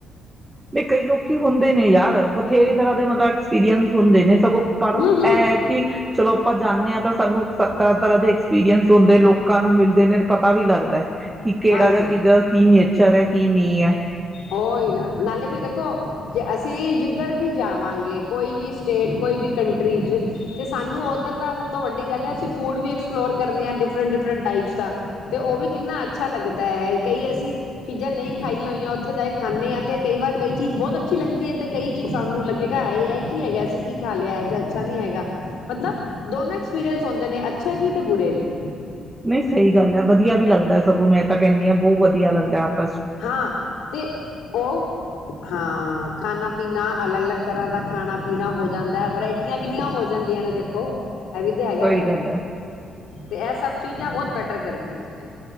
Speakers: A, on the right (about 15°); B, on the left (about 85°).
A: ਵੀ ਕਈ ਲੋਕੀ ਹੁੰਦੇ ਨੇ ਯਾਰ ਤੇਰੀ ਤਰ੍ਹਾਂ ਦੇ ਮਤਬ ਐਕਸਪੀਰੀਅੰਸ ਹੁੰਦੇ ਨੇ ਸਗੋਂ ਪਰ
B: ਹੂੰ
A: ਇਹ
B: ਹੂੰ
A: ਹੈ ਕਿ ਚਲੋ ਆਪਾਂ ਜਾਣੇ ਹਾਂ ਤਾਂ ਸਾਨੂੰ ਤਰ੍ਹਾਂ ਤਰ੍ਹਾਂ ਦੇ ਐਕਸਪੀਰੀਅੰਸ ਹੁੰਦੇ ਲੋਕਾਂ ਨੂੰ ਮਿਲਦੇ ਨੇ ਪਤਾ ਵੀ ਲੱਗਦਾ ਕਿ ਕਿਹੜਾ
B: ਹਾਂਜੀ
A: ਜਾਂ ਕਿਦਾ ਕੀ ਨ ਚਰ ਕੀ ਨਹੀਂ ਆ
B: ਉਹੀ ਨਾ ਨਾਲੇ ਫੇਰ ਦੇਖੋ ਜੇ ਅਸੀਂ ਜਿੱਧਰ ਵੀ ਜਾਵਾਂਗੇ ਕੋਈ ਵੀ ਸਟੇਟ ਕੋਈ ਵੀ ਕੰਟਰੀ ' ਤੇ ਸਾਨੂੰ ਉੱਧਰ ਦਾ ਸਭ ਤੋਂ ਵੱਡੀ ਗੱਲ ਹੈ ਅਸੀਂ ਫੂਡ ਵਿ ਐਕਸਪਲੋਰ ਕਰਦੇ ਹਾਂ ਡਿਫਰੈਂਟ ਡਿਫਰੈਂਟ ਟਾਈਪਸ ਦਾ ਤੇ ਉਹ ਵੀ ਕਿੰਨਾ ਅੱਛਾ ਲੱਗਦਾ ਹੈ ਕਈ ਅਸੀਂ ਚੀਜ਼ਾਂ ਨਹੀਂ ਖਾਈਆਂ ਹੋਈਆਂ ਉਥੇ ਜਾਏ ਖਾਂਦੇ ਆ ਤੇ ਕਈ ਵਾਰ ਕਈ ਚੀਜ਼ ਬਹੁਤ ਅੱਛੀ ਲਗਦੀ ਹੈ ਤੇ ਕਈ ਵਾਰ ਕਈ ਚੀਜ਼ ਸਾਨੂੰ ਲੱਗੇਗਾ ਹਾਏ ਇਹ ਕੀ ਹੈਗਾ ਅਸੀਂ ਕੀ ਖਾ ਲਿਆ ਅੱਛਾ ਨੀ ਹੈਗਾ ਮਤਲਬ ਦੋਨੋ ਐਕਸਪੀਰੀਅਸ ਹੁੰਦੇ ਨੇ ਅੱਛੇ ਵੀ ਤੇ ਬੁਰੇ ਵੀ
A: ਨਹੀਂ ਸਹੀ ਗੱਲ ਹੈ ਵਧੀਆ ਵੀ ਲੱਗਦਾ ਸਗੋਂ ਮੈਂ ਤਾਂ ਕਹਿੰਦੀ ਹਾਂ ਬਹੁਤ ਵਧੀਆ ਲੱਗਦਾ ਆਪ
B: ਹਾਂ ਤੇ ਉਹ ਹਾਂ ਖਾਣਾ ਪੀਣਾ ਅਲੱਗ ਅਲੱਗ ਤਰ੍ਹਾਂ ਦਾ ਖਾਣਾ ਪੀਣਾ ਹੋ ਜਾਂਦਾ ਵਰਾਇਟੀਆਂ ਕਿੰਨੀਆਂ ਹੋ ਜਾਂਦੀਆਂ ਨੇ ਦੇਖੋ ਇਹ ਵੀ ਤਾਂ ਹੈਗਾ
A: ਸਹੀ ਗੱਲ ਹੈ
B: ਤੇ ਇਹ ਸਭ ਚੀਜ਼ਾਂ ਬਹੁਤ ਮੈਟਰ ਕਰਦੀਆਂ ਨੇ